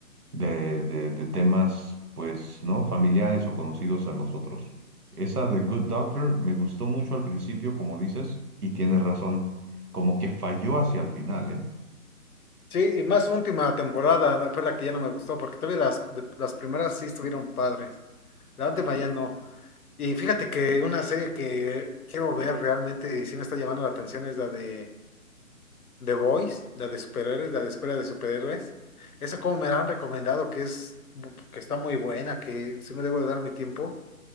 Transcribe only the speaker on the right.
de, de- de temas, pues, ¿no? Familiares o conocidos a nosotros. Esa de Good Doctor me gustó mucho al principio, como dices, y tienes razón, como que falló hacia el final, ¿eh?